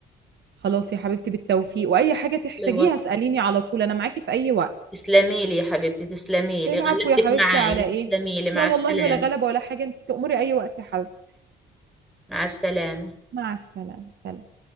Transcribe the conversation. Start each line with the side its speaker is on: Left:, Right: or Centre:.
Right: خلاص يا حبيبتي بالتوفيق واي حاجة تحتاجيها
Centre: الله يوفقك
Right: اسأليني على طول انا معاكي في اي وقت
Centre: تسلمي لي يا حبيبتي تسلمي لي
Right: العفو
Centre: غلبتك
Right: يا حبيبتي
Centre: معايا
Right: على ايه
Centre: تسلمي لي مع
Right: لا والله
Centre: السلامة
Right: ولا غلبة ولا حاجة انت تأمري اي وقت يا حبيبتي
Centre: مع السلامة
Right: مع السلامة سلام